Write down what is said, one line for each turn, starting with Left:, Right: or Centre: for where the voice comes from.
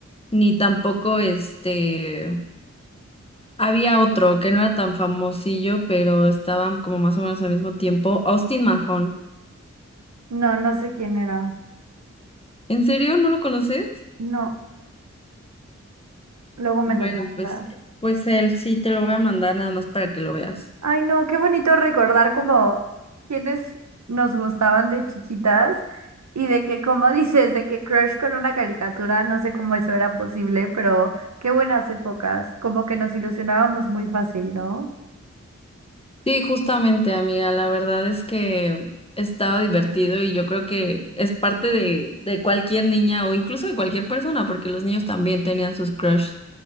Left: ni tampoco este, había otro que no era tan famosillo, pero estaban como más o menos al mismo tiempo, Austin Mahone.
Right: No, no sé quién era.
Left: ¿En serio? ¿No lo conoces?
Right: No, luego me
Left: Bueno,
Right: lo mandas.
Left: pues, pues él sí te lo voy a mandar nada más para que lo veas.
Right: Ay, no, qué bonito recordar como quienes nos gustaban de chiquitas y de que, como <laughs> dices, de que crush con una caricatura, no sé cómo eso era posible, pero qué buenas épocas, como que nos ilusionábamos muy fácil, ¿no?
Left: Sí, justamente, amiga, la verdad es que estaba divertido y yo creo que es parte de, de cualquier niña o incluso de cualquier persona, porque los niños también tenían sus crush